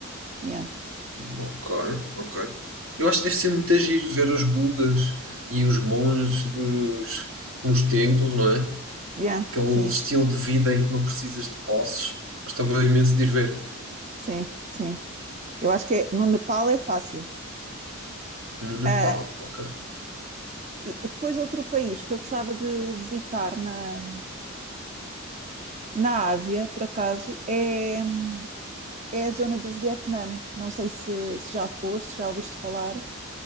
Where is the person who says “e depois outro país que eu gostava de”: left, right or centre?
Right